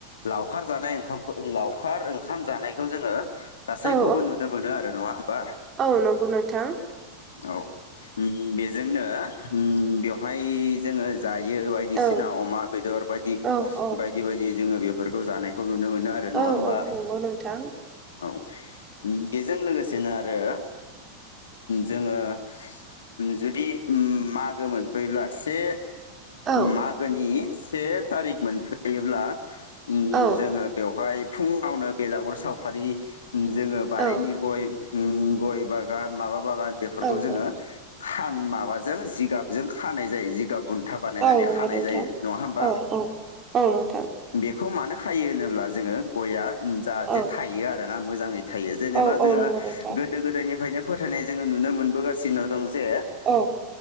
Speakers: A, on the left; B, on the right.
A: लावखार जानाय ओंखामखौ लावखार ओंखाम जानायखौ जोङो गासैखौबो
B: औ
A: नुनो मोनो आरो नङा होमबा
B: औ नंगौ नोंथां
A: औ बेजोंनो बेवहाय जोङो जायो बायदिसिना
B: औ
A: अमा बेदर बायदि
B: औ औ
A: बायदि-बायदि जोङो बेफोरखौ जानायखौ नुनो मोनो आरो नङा
B: औ
A: होमबा
B: नंगौ नोंथां
A: औ बेजों लोगोसेनो आरो जोङो जुदि मागोमोनफैब्ला से
B: औ
A: मागोनि से थारिख मोनफैयोब्ला उम
B: औ
A: जोङो बेवहाय फुङावनो बेलागुर सावखालि जोङो बारिनि
B: औ
A: गय उम गय बागान माबा बागान बेफोरखौ
B: औ
A: जोङो
B: औ
A: खा माबाजों जिगाबजों खानाय जायो जिगाब बुन्था बानायनानै
B: औ नंगौ
A: खानाय
B: नोंथां
A: जायो नङा होनबा
B: औ औ औ नोंथां
A: बेखौ मानो खायो होनोब्ला जोङो गया जाहाथे
B: औ
A: थायो आरोना मोजाङै थायो जेनेबा
B: औ औ
A: जोङो
B: नंगौ नोंथां
A: गोदो गोदायनिफ्रायनो फोथायनाय जोङो नुनो मोनबोगासिनो दं जे
B: औ